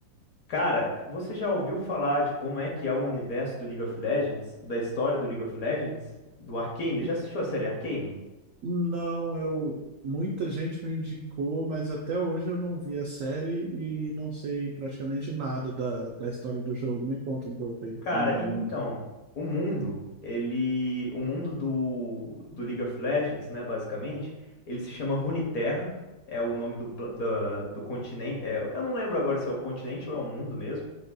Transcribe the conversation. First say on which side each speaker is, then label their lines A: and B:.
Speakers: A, on the left (about 55°); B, on the right (about 80°).
A: Cara, você já ouviu falar de como é que é o universo do League of Legends, da história do League of Legends, do Arcane?
B: E,
A: Já assistiu a série Arcane?
B: não, eu. Muita gente me indicou, mas até hoje eu não vi a série e não sei praticamente nada da, da história do jogo. Me conta um pouco aí
A: Cara,
B: como é
A: então,
B: o mundo.
A: o mundo, ele, o mundo do, do League of Legends, né, basicamente, ele se chama Runeterra, é o nome do, pla- da, do continente, é, eu não lembro agora se é o continente ou é o mundo mesmo,